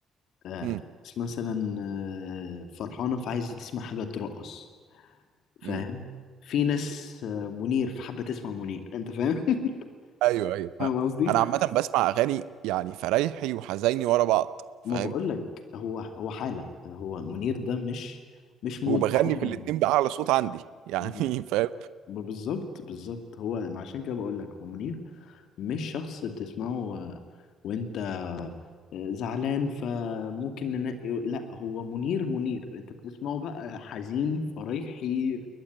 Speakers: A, on the left (about 65°); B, on the right (about 75°).
A: آه،
B: امم
A: ناس مثلا آه، فرحانة فعايزة تسمع حاجة ترقص فاهم
B: امم
A: في ناس آه، منير فحابة تسمع منير انت فاهم <laughs>
B: ايوه ايوه
A: فاهم
B: فاهم
A: قصدي
B: انا عامه بسمع اغاني يعني فرايحي وحزيني ورا بعض فاهم
A: ما بقولك هو هو حالة هو منير ده مش مش مود
B: وبغني
A: معين
B: في الاتنين باعلى صوت عندي يعني
A: ب-
B: <laughs> فاهم
A: بالظبط بالظبط هو عشان كده بقولك هو منير مش شخص بتسمعه و... وانت زعلان فممكن ننقي لا هو منير منير انت بتسمعه بقى حزين فرايحي